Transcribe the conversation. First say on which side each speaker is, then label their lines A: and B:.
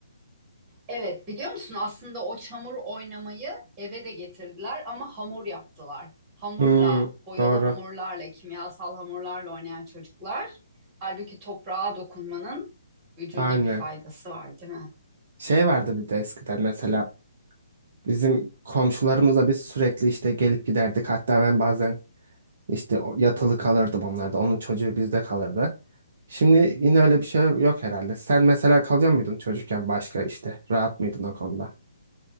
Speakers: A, on the right; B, on the right.
A: Evet, biliyor musun aslında o çamur oynamayı eve de getirdiler ama hamur yaptılar. Hamurla,
B: Hı,
A: boyalı
B: doğru.
A: hamurlarla, kimyasal hamurlarla oynayan çocuklar. Halbuki toprağa dokunmanın vücuda
B: Aynen.
A: bir faydası var, değil mi?
B: Şey vardı bir de eskiden mesela bizim komşularımızla biz sürekli işte gelip giderdik. Hatta ben bazen İşte o- yatılı kalırdım onlarda. Onun çocuğu bizde kalırdı. Şimdi yine öyle bir şey yok herhalde. Sen mesela kalıyor muydun çocukken başka işte? Rahat mıydın o konuda?